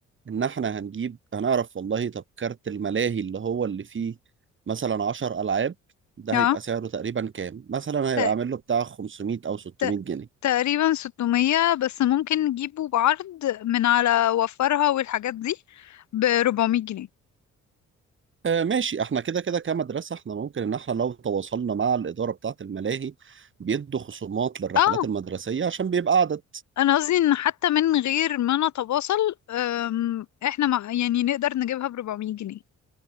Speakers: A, on the right; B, on the left.
A: إن إحنا هنجيب هنعرف والله طب كارت الملاهي اللي هو اللي فيه مثلا 10 ألعاب ده
B: اه
A: هيبقى سعره تقريبا كام مثلا هيبقى
B: ت-
A: عامل له بتاع 500 أو 600
B: ت-
A: جنيه
B: تقريبا 600 بس ممكن نجيبه بعرض من على وفرها والحاجات دي ب 400 جنيه
A: آه، ماشي احنا كده كده كمدرسة احنا ممكن ان احنا لو تواصلنا مع الإدارة بتاعة الملاهي بيدوا خصومات للرحلات
B: اه
A: المدرسية عشان بيبقى عدد
B: انا قصدي ان حتى من غير ما نتواصل أم، احنا مع يعني نقدر نجيبها ب 400 جنيه